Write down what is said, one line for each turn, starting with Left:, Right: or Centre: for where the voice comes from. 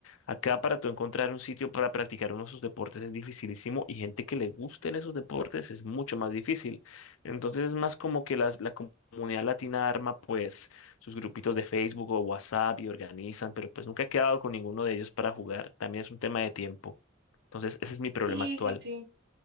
Left: Acá para tú encontrar un sitio para practicar uno de esos deportes es dificilísimo y gente que le gusten esos deportes es mucho más difícil. Entonces es más como que las, la comunidad latina arma pues sus grupitos de Facebook o WhatsApp y organizan, pero pues nunca he quedado con ninguno de ellos para jugar. También es un tema de tiempo. Entonces ese es mi problema
Right: Sí,
Left: actual.
Right: sí, sí.